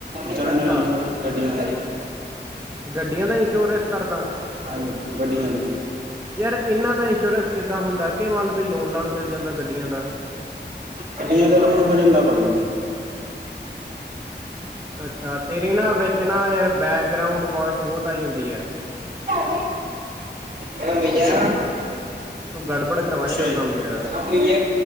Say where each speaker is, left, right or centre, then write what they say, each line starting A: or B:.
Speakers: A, on the right; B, on the right.
A: ਜਨਰਲ
B: ਅੱਛਾ
A: ਇੰਸ਼ੋਰੈਂਸ ਗੱਡੀਆਂ
B: ਗੱਡੀਆਂ ਦਾ ਇੰਸ਼ੋਰੈਂਸ ਕਰਦਾ
A: ਹ ਗੱਡੀ ਵਾਲੇ
B: ਯਾਰ ਇਹਨਾਂ ਦਾ ਇੰਸ਼ੋਰੈਂਸ ਕਿੱਦਾਂ ਹੁੰਦਾ ਕਿ ਮੰਨ ਲੋ ਲਾਣ ਮਿਲ ਜਾਂਦਾ ਗੱਡੀਆਂ ਦਾ,
A: ਗੱਡੀਆਂ ਦਾ ਲੋਨ ਹੋ ਜਾਂਦਾ ਭਾਜੀ
B: ਅੱਛਾ ਤੇਰੇ ਨਾ ਵਿੱਚ ਨਾ ਯਾਰ ਬੈਕਗਰਾਉਂਡ ਵੋਇਸ ਬਹੁਤ ਆਈ ਜਾਂਦੀ ਐ
A: <unintelligible> ਭਈਆ
B: ਤੂੰ ਗੜਬੜ
A: ਅੱਛਾ
B: ਕਰਵਾਏਂਗਾ ਕੰਮ ਯਾਰ
A: ਜੀ